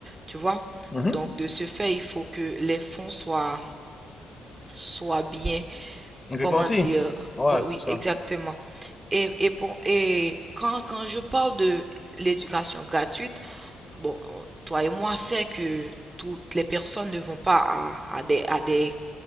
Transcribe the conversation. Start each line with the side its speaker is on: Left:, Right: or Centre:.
Right: tu vois.
Left: Mhm.
Right: Donc, de ce fait, il faut que les fonds soient, soient bien,
Left: On est
Right: comment
Left: parti.
Right: dire,
Left: Ouais,
Right: oui, oui,
Left: c'est ça.
Right: exactement. Et, et, pour, et quand, quand je parle de l'éducation gratuite, bon, toi et moi, c'est que toutes les personnes ne vont pas à, à des, à des